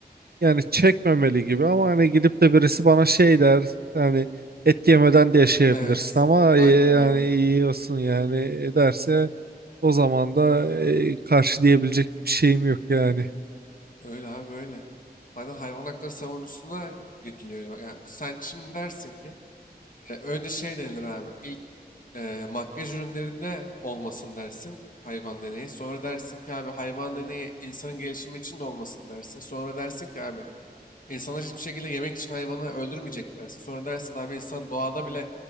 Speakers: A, on the left; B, on the right.
A: Evet.
B: yani çekmemeli gibi ama hani gidip de birisi bana şey der yani et yemeden de yaşayabilirsin
A: Evet.
B: ama
A: Aynen
B: e, yani
A: aynen.
B: yiyorsun yani e, derse o zaman da e, karşı diyebilecek bir şeyim yok yani.
A: Öyle abi öyle. Zaten hayvan hakları savunucusuna gidiliyor. öyle. Bak yani sen şimdi dersin ki e, önce şey denilir abi. İlk e, makyaj ürünlerinde olmasın dersin hayvan deneyi. Sonra dersin ki abi hayvan deneyi insanın gelişimi için de olmasın dersin. Sonra dersin ki abi İnsanlar hiçbir şekilde yemek için hayvanı öldürmeyecek dersin. Sonra dersin abi insan doğada bile